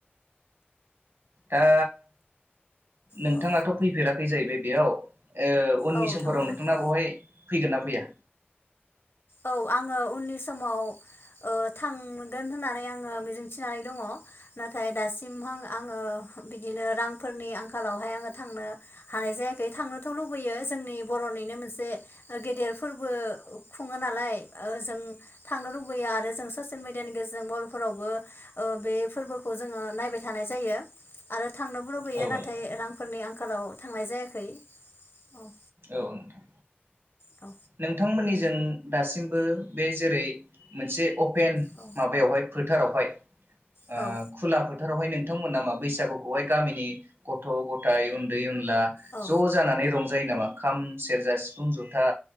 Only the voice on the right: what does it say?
दा नोंथाङाथ'
फैफेराखै जाहैबाय बेयाव ओ उननि
समफोराव
नोंथाङा बावहाय फैगोन ना फैया?
औ
नोंथां
औ नोंथां
नोंथांमोननिजों दासिमबो बे जेरै मोनसे अपेन
माबायावहाय फोथारावहाय ओ
खुला फो फोथारावहाय नोंथांमोना मा बैसागुखौहाय गामिनि गथ' गथाय उन्दै उन ला
ज' जानानै रंजा जायो नामा खाम सेरजा सिफुं जथा